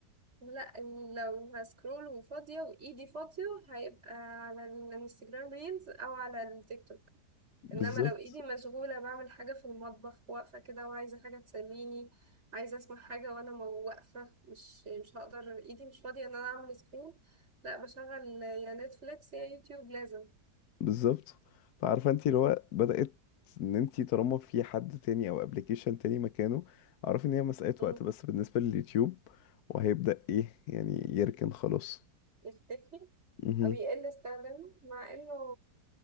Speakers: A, on the right; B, on the left.
A: لا لو هسكرول وفاضية وإيدي فاضية هيبقى على الانستجرام ريلز أو على التيك توك
B: بالظبط
A: إنما لو إيدي مشغولة بعمل حاجة في المطبخ واقفة كده وعايزة حاجة تسليني عايزة أسمع حاجة وأنا مو- واقفة مش مش هقدر إيدي مش فاضية إن أنا أعمل سكرول لا بشغل يا نتفليكس يا يوتيوب لازم
B: بالظبط فعارفه انتي اللي هو بدأت ان انتي طالما في حد تاني او ابلكيشن تاني مكانه اعرف ان هي مسألة
A: مم.
B: وقت بس بالنسبة لليوتيوب وهيبدأ ايه يعني يركن خلاص
A: يختفي
B: مهم.
A: أو يقل استخدامه مع إنه